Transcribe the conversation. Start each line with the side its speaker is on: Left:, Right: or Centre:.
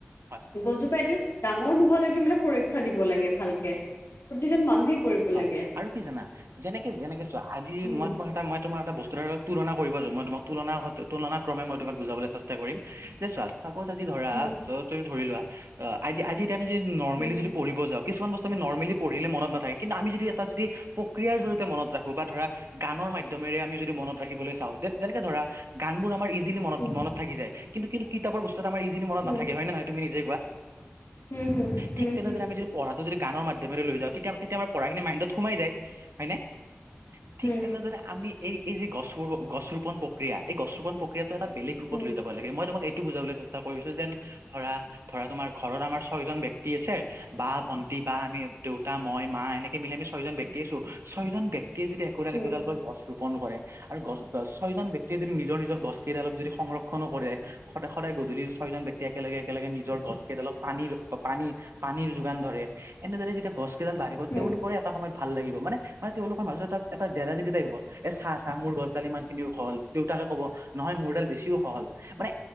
Right: হয়
Left: গছজোপা এটলিষ্ট ডাঙৰ নোহোৱালৈকে মানে সুৰক্ষা দিব লাগে ভালকে। প্ৰতিজন মানুহেই কৰিব
Right: হয়
Left: লাগে
Right: আৰু কি জানা যেনেকে যেনেকে চোৱা আজি
Left: উম
Right: মই তো এ মই তোমাৰ এটা বস্তু তুলনা কৰিব মই তো তুলন তুলনা ক্ৰমে মই তোমাক বুজাবলৈ চেষ্টা কৰিম যে চোৱা- চাপজ আজি ধৰা
Left: উম
Right: তুমি ধৰি লোৱা আজি আমি যদি নৰ্মেলি
Left: উম
Right: যদি পঢ়িব যাওঁ কিছুমান বস্তুটো- নৰ্মেলি পঢ়িলে মন নথাকে কিন্তু আমি যদি এটা যদি প্ৰক্ৰিয়াৰ জৰিয়তে মনত ৰাখো বা ধৰা- গানৰ মাধ্যমৰে আমি যদি মনত ৰাখিবলৈ চাওঁ যেনেকে ধৰা গান বোৰ আমাৰ ই জিলি মনত
Left: উম
Right: মত থাকি যায় কিন্তু কিন্তু কিতাপৰ বস্তুত আমাৰ ইজিলি মত
Left: উম
Right: নাথাকে হয় নহয় তুমি নিজে কোৱা।
Left: উম, হুম, হুম,
Right: ঠিক তেনেদৰে
Left: হুম।
Right: আমি যদি পঢ়াটো যদি গানৰ মাধ্যমেৰে লৈ যাওঁ তেতি তেতিয়া আমাৰ পঢ়াখিনি মাইণ্ডত সোমাই যায় হয়নে। ঠিক
Left: উম উম উম
Right: তেনেদৰে আমি এই যে গছ গছ ৰোপন প্ৰক্ৰিয়া, এই গছ ৰোপন প্ৰক্ৰিয়াটো এটা বেলেগ ৰূপত
Left: উম
Right: লৈ যাব। লাগে মই তোমাক এইটো বুজাবলৈ চেষ্টা কৰিছো যেন- ধৰা, ধৰা তোমাৰ ঘৰত আমাৰ ছয়জন ব্যক্তি আছে বা ভন্টি বা আমি দেউতা- মই মা এনেকে মিলি আমি ছয়জন ব্যক্তি আছো ছয়জন ব্যক্তিয়ে যদি একোডাল
Left: উম উম উম
Right: একোডাল কৈ- গছ ৰোপন কৰে আৰু গছ ছয়জন ব্যক্তিয়ে যদি নিজৰ নিজৰ গছ- কেইডালক যদি সংৰক্ষণো কৰে, সদায় সদায় গধূলি ছয়জন ব্যক্তি একেলগে একেলগে নিজৰ গছ কেইডালক- পানীৰ, পানী, পানীৰ যোগান ধৰে, এনেদৰে যেতিয়া গছ কেইডাল বাঢ়িব
Left: উম
Right: তেওঁলোকৰ এটা সময়- ভাল লাগিব মানে, মান তেওঁলোকৰ মাজত এটা জেডা জেদি টাইপ হ'ব। এ, চাহ, চাহ মোৰ গছডাল ইমান খিনি ওখ হ'ল দেউতাকে কব নহয় মোৰডাল বেছিও উখ হ'ল। মানে